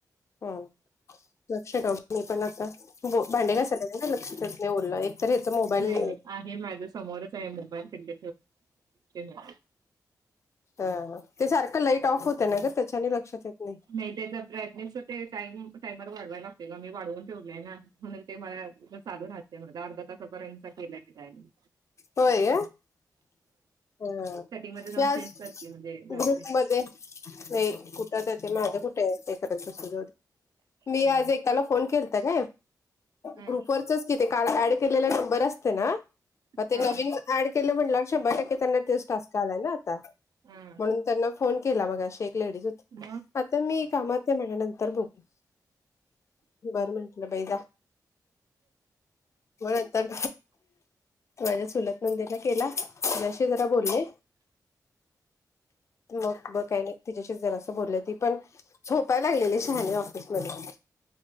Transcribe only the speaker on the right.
नाही नाही आहे माझ्या समोरच आहे मोबाईल <unintelligible>
नाही त्याचा ब्राईटनेस ते टाईमिग टाइमर वाढवायला लागतंय गं मी वाढवून ठेवलाय ना म्हणून ते माझ्यात चालू राहतय मग अर्धा तासापर्यंत केल्या मी त्यानी
सेटिंग मध्ये जाऊन
चेंज कर की म्हणजे जाते.
हा
हा
हा
हा
मग